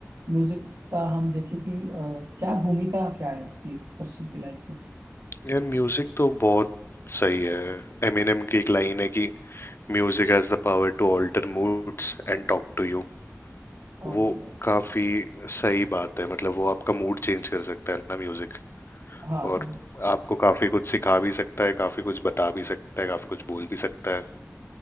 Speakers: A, on the right (about 85°); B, on the left (about 55°).
A: म्यूजिक का हम देखें कि अ, क्या भूमिका क्या है उसकी पर्सन की लाइफ में
B: यार म्यूजिक तो बहुत सही है एमिनेम की एक लाइन है कि music has the power to alter moods and talk to you
A: ओके
B: वो काफी सही बात है मतलब वो आपका मूड चेंज कर सकता है ना म्यूजिक
A: हाँ
B: और आपको काफी कुछ सिखा भी सकता है काफी कुछ बता भी सकता है काफी कुछ बोल भी सकता है